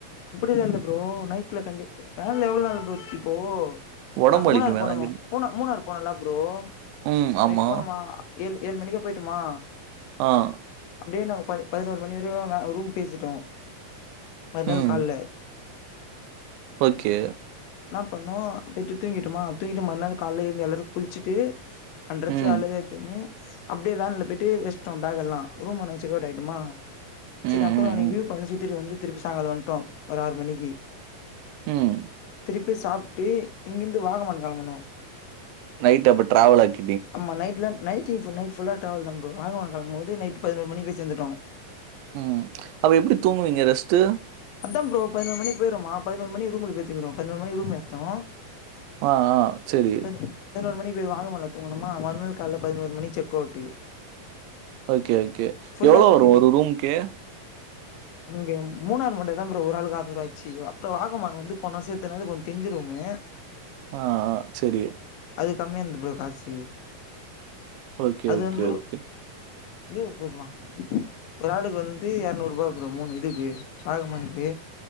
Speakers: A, on the left (about 75°); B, on the right (about 80°).
A: அப்படிலா இல்ல ப்ரோ நைஃப்ல தங்கிட்டு வேன்ல எவ்ள நாள் ப்ரோ இப்போ
B: உடம்பு
A: நாங்க
B: வலிக்குமே
A: மூணாறு போனமா
B: அதான் கேட்டேன்.
A: மூணா மூணாறு போனேல ப்ரோ
B: ம். ஆமா.
A: நைட்டு போனமா ஏழ் ஏழ் மணிக்கே போய்ட்டமா
B: ஆ
A: அப்டியே நாங்க ப பதினொரு மணி வரையு வ ரூம் பேசிட்டோ மற்நாள்
B: ம்.
A: கால்ல
B: ஓகே
A: என்ன பண்ணுவோ போய்ட்டு தூங்கிட்டமா தூங்கிட்டு மறுநாள் கால்ல எழுந்து எல்லாரு குளிச்சிட்டு அன்டிரஸ்
B: ம்.
A: அழுக எத்தினு அப்டியே வேன்ல போய்ட்டு வெச்சுட்டோ ஃபேக் எல்லா ரூம் உனே செக்கவுட் ஆய்ட்டமா சரி
B: ம்,
A: அப்ற
B: ம்,
A: அனைக்கு
B: ம்.
A: வியூ பாய்ன்ட்லா சுத்திட்டு வந்து திருப்பி சாங்கால வன்ட்டோ ஒரு ஆறு மணிக்கு
B: ம்
A: திருப்பி சாப்ட்டு இங்கிருந்து வாகமான் கெளம்பனோ
B: நைட்டு அப்ப டிராவல் ஆக்கி
A: ஆமா நைட்ல நைட்டி ஃபுல் நைட்டு ஃபுல்லா டிராவல் தா ஃபுரோ வாகமான்க்கு வரும் போது நைட்டு பதினோரு மணிக்கு போய் சேந்துட்டோ
B: ம் அப்ப எப்டி தூங்குவீங்க ரெஸ்ட்டு
A: அதாம் ஃபுரோ பதினொரு மணிக் போய்ருவோமா பதினொரு மணிக்கு ரூம் ல போயி தூங்கிருவோ பதினோரு மணிக்கு ரூம் எடுத்தோ
B: ஆ ஆ செரி
A: பதினோ பதினோரு மணிக்கு போய் வாகமான்ல தூங்கணுமா மறுநாள் கால்ல பதினோரு மணிக்கு செக் அவுட்டு
B: ஓகே ஓகே
A: ஃபுல்லா
B: எவ்வளோ
A: சுத்திட்டு
B: வரும் ஒரு ரூம்க்கு?
A: அங்க மூணாறு மட்டுந்தா ஃபுரோ ஒரு ஆளுக்கு அறுநூறு ஆய்ச்சு அப்பற வாகமான் வந்து போன வருசத்துக்கு எடுத்தனால கொஞ்ச தெரிஞ்ச ரூமு
B: ஆ ஆ செரி
A: அது கம்மியா இருந்து ப்ரோ காசு
B: ஓகே,
A: அது
B: ஓகே,
A: வந்து
B: ஓகே.
A: நியூ போதுமா ஒரு ஆளுக்கு வந்து இரநூறுபா ஃப்ரோ மூணு இதுக்கு வாகமானுக்கு